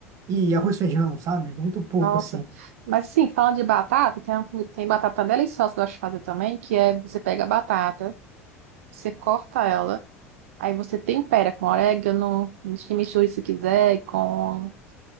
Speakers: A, on the right; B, on the right.
A: e arroz e feijão, sabe? Muito pouco,
B: Nossa.
A: assim.
B: Mas, assim, falando de batata, tem, uma- tem batata deliciosa que eu gosto de fazer também, que é você pega a batata, você corta ela, Aí você tempera com orégano, chimichurri se quiser, com